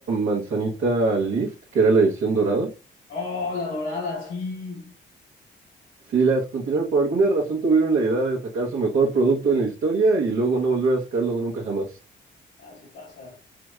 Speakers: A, on the right (about 80°); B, on the left (about 80°).
A: manzanita Lift, que era la edición dorada
B: Oh, la dorada, sí.
A: Si las continuaron, por alguna razón tuvieron la idea de sacar su mejor producto en la historia y luego no volver a sacarlo nunca jamás.
B: Ah, sí pasa.